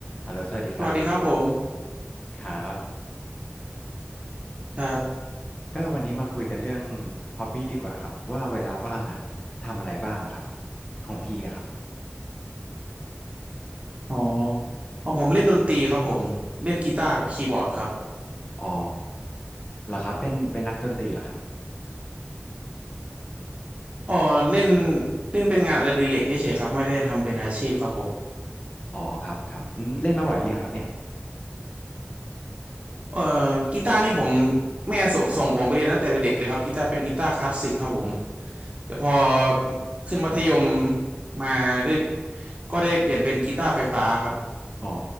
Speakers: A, on the left; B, on the right.
A: ฮัลโหลสวัสดีครับ
B: สวัสดีครับผม
A: ครับ
B: ครับ
A: ก็วันนี้มาคุยกันเรื่องฮ็อบบี้ดีกว่าครับว่าเวลาว่างอะทำอะไรบ้างอะครับของพี่อะครับ
B: อ๋อของผมเล่นดนตรีครับผมเล่นกีตาร์กับคีย์บอร์ดครับ
A: อ๋อเหรอครับเป็นเป็นนักดนตรีเหรอครับ
B: อ๋อเล่นเล่นเป็นงานอดิเรกเฉยๆครับไม่ได้ทำเป็นอาชีพครับผม
A: อ๋อครับครับอืมเล่นมาบ่อยหรือยังครับเนี่ย
B: เอ่อกีตาร์นี่ผมแม่สส่งผมไปเรียนตั้งแต่เด็กเลยครับกีตาร์เป็นกีตาร์คลาสสิกครับผมแต่พอขึ้นมัธยมมาได้ก็ได้เปลี่ยนเป็นกีตาร์ไฟฟ้าครับ
A: อ๋อ